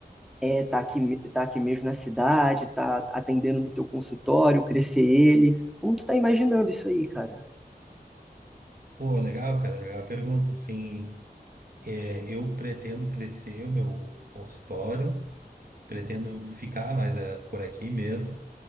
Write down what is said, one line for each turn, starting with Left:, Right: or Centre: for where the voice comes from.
Centre: estar é, tá aqui, tá aqui mesmo na cidade, tá atendendo no teu consultório, crescer ele? Como tu tá imaginando isso aí, cara?
Right: Pô, legal, cara, legal a pergunta, assim, É, eu pretendo crescer o meu consultório, pretendo ficar mais é, por aqui mesmo.